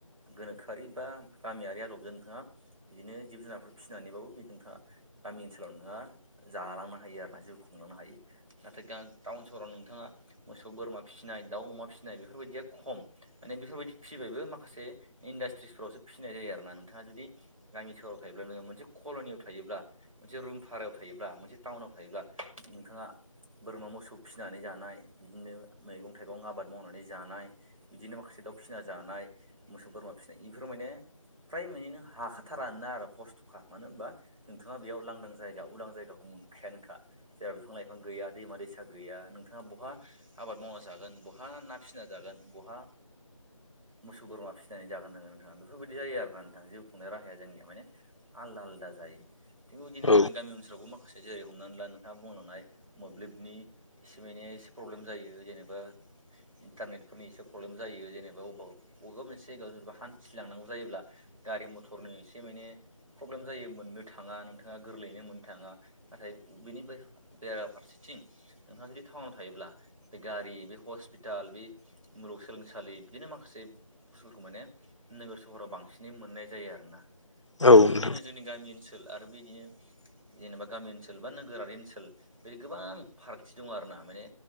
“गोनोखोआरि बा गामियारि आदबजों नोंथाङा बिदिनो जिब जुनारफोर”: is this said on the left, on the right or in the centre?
Right